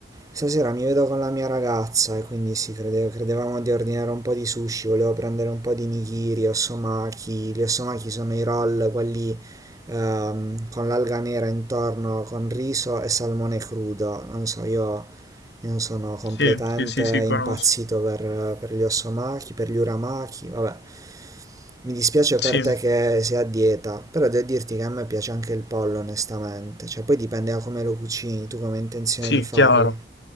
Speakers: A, on the right; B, on the left.
A: Stasera mi vedo con la mia ragazza e quindi sì, crede- credevamo di ordinare un po' di sushi, volevo prendere un po' di nigiri, osomaki. Gli osomaki sono i roll, quelli ehm, con l'alga nera intorno, con riso e salmone crudo. Non so, io io sono completamente
B: Sì, sì, sì, sì, conosco.
A: impazzito per, per gli Osomaki, per gli Uramaki, vabbè. Mi dispiace
B: Sì,
A: per te che sei a dieta, però devo dirti che a me piace anche il pollo, onestamente. Cioè, poi dipende da come lo cucini, tu come hai intenzione
B: sì,
A: di farlo.
B: chiaro.